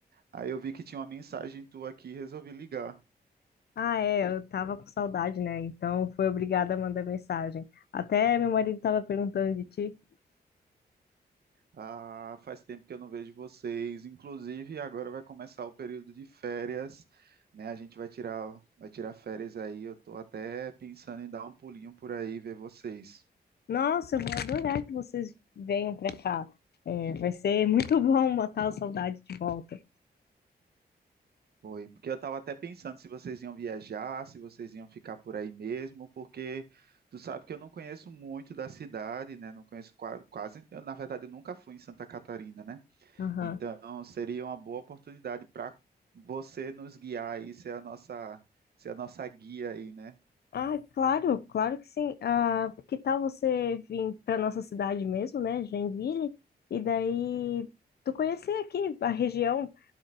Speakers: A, on the right; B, on the left.
A: Aí eu vi que tinha uma mensagem tua aqui, e resolvi ligar.
B: Ah, é, eu tava com saudade, né? Então fui obrigada a mandar mensagem. Até meu marido tava perguntando de ti.
A: Ah, faz tempo que eu não vejo vocês. Inclusive, agora vai começar o período de férias, né? A gente vai tirar, vai tirar férias aí. Eu tô até pensando em dar um pulinho por aí, ver vocês.
B: Nossa, eu vou adorar que vocês venham pra cá. É, vai ser muito <laughs> bom matar a saudade de volta.
A: Foi, porque eu estava até pensando se vocês iam viajar, se vocês iam ficar por aí mesmo, porque tu sabe que eu não conheço muito da cidade, né? Não conheço qua- quase, eu, na verdade, eu nunca fui em Santa Catarina, né?
B: Aham.
A: Então seria uma boa oportunidade para você nos guiar aí, ser a nossa, ser a nossa guia aí, né?
B: Ah, claro, claro que sim. Ah, que tal você vir para nossa cidade mesmo, né, Joinville? E daí tu conhecer aqui a região,